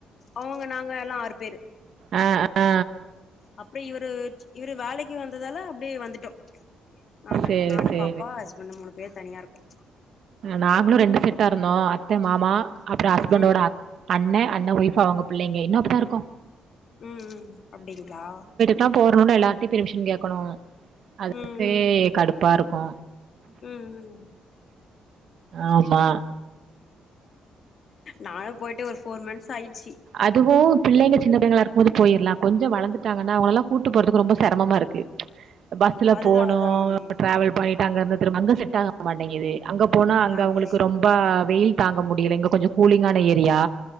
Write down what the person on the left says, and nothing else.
அவுங்க நாங்கல்லா ஆறு பேரு
அப்ப இவரு இவரு வேலைக்கு வந்ததால அப்டியே வந்துட்டோ நாங்க
நானு
பாப்பா அஸ்பண்ட்டு மூனு பேரு தனியாருக்கோ
ம்
ம் ம் அப்டிங்ளா
ம்
ம் ம்
நானு போய்ட்டு ஒரு ஃபோர் மன்த்ஸ்ஸாயிர்ச்சி
அதுதா
அதுதா ஆமா ஆமா
ஆமா